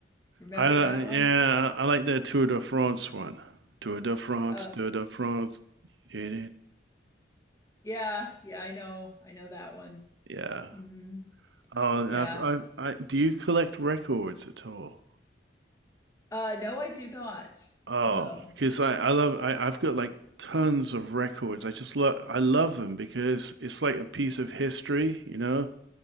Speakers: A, on the left; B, on the right.
A: Remember
B: I don't-
A: that one?
B: yeah, I like their Tour de France one. Tour de France,
A: Uh,
B: Tour de France. Yeah,
A: yeah, yeah, I know, I know that one.
B: yeah.
A: hmm
B: Oh,
A: Yeah.
B: I've, I've, I, do you collect records at all?
A: Uh, no, I do not.
B: Oh,
A: No.
B: because I, I love I, I've got like tons of records. I just love I love them because it's like a piece of history, you know.